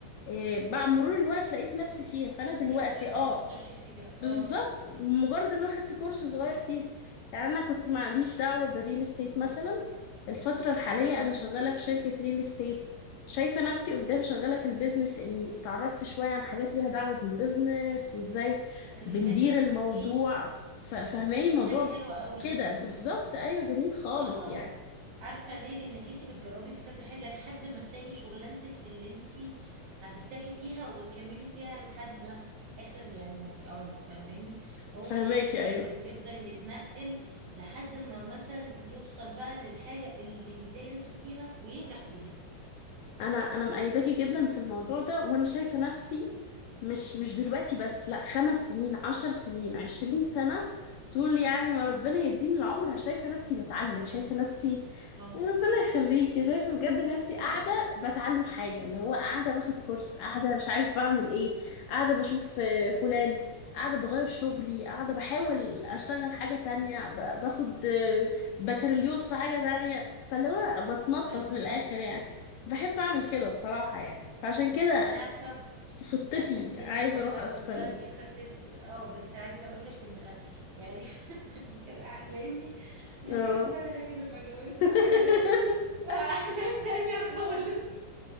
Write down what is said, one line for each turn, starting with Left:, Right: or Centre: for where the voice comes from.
Left: إيه، مع مرور الوقت لقيت نفسي فيها فانا دلوقتي
Right: لقيتي نفسك
Left: اه
Right: بتخشي فيها
Left: بالظبط
Right: اه
Left: مجرد ان انا خدت كورس صغير فيها يعني انا كنت معليش دعوه بالريل استيت مثلا الفتره الحاليه
Right: اه
Left: انا شغاله في شركه ريل استيت شايفه نفسي قدام شغاله في البيزنس لاني اتعرفت شويه عن حاجات ليها دعوه بالبيزنس وازاي
Right: خلي
Left: بندير
Right: بالك
Left: الموضوع
Right: دي
Left: ف- فاهماني
Right: دي
Left: الموضوع
Right: حاجة حلوة قوي
Left: كده بالظبط ايوه جميل خالص
Right: اه
Left: يعني
Right: عارفة ليه لانك انتي بتجربي في كذا حاجة لحد ما تلاقي شغلانتك اللي انتي هترتاحي فيها وتكملي فيها لحد ما اخر يعني عمرك فاهماني هو
Left: فهماكي
Right: الواحد
Left: ايوه
Right: كده بيفضل يتنقل لحد ما مثلا يوصل بقى للحاجة اللي يلاقي نفسه فيها وينجح فيها
Left: انا انا مأيداكي جدا في الموضوع ده وانا شايفه نفسي مش مش دلوقتي بس لا خمس سنين عشر سنين عشرين سنه طول يعني ما ربنا يديني العمر شايفه نفسي بتعلم
Right: ربنا
Left: شايفه
Right: يكرمك.
Left: نفسي
Right: اه
Left: ربنا يخليكي شايفه بجد نفسي قاعده
Right: أيوة.
Left: بتعلم حاجه اللي هو قاعده باخد كورس قاعده مش عارف بعمل ايه قاعده بشوف آه، فلان قاعده بغير شغلي قاعده بحاول اشتغل حاجه تانية ب- باخد آه، بكالوريوس في حاجه تانية فاللي هو بتنطط
Right: فاهمك
Left: من الاخر يعني بحب اعمل كده بصراحة يعني فعشان
Right: لا
Left: كده
Right: انتي عارفة
Left: في خطتي
Right: الأحلام دي
Left: عايزة
Right: حلوة
Left: اروح
Right: قوي
Left: اسبانيا
Right: اه دي خطيت اه بس عايزة أقول لك إن الأ- يعني <laughs> دي كانت أحلامي من
Left: اه
Right: كام سنة لكن لما جوزت
Left: <laughs>
Right: وخلفت بقى أحلام تانية خالص